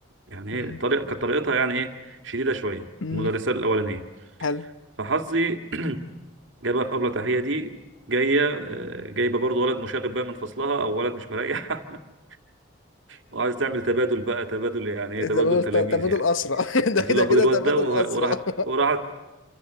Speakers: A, on the right; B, on the left.
A: يعني
B: مم.
A: ايه طريقه كانت طريقتها يعني ايه شديده شويه
B: مم.
A: المدرسه الاولانيه
B: حلو
A: فحظي <clears throat> جايه بقى في قبل تحيه دي جايه آه، جايبه برضه ولد مشاغب بقى من فصلها او ولد مش مريح <laughs> وعايز تعمل تبادل بقى تبادل يعني
B: تبادل
A: ايه تبادل تلاميذ
B: تبادل
A: يعني
B: أسرع <laughs> ده
A: بتقول
B: كده
A: له خد
B: كده
A: الواد
B: تبادل
A: ده وه-
B: أسرع
A: وراحت وراحت